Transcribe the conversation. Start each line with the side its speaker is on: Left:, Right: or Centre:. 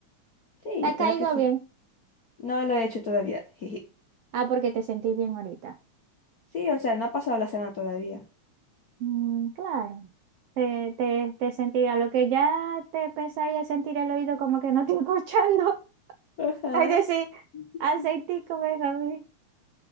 Left: Sí,
Right: ¿Te
Left: yo
Right: ha
Left: espero
Right: caído
Left: que sí.
Right: bien?
Left: No lo he hecho todavía. <laughs> jeje.
Right: Ah, porque te sentí bien ahorita.
Left: Sí, o sea, no ha pasado la semana todavía.
Right: Mm, claro. Te, te, te sentirá lo que ya te pesa y a sentir el oído como que no estoy escuchando. <laughs>
Left: Ajá.
Right: Es decir, aceitico,
Left: Ujú.
Right: venga, a mí.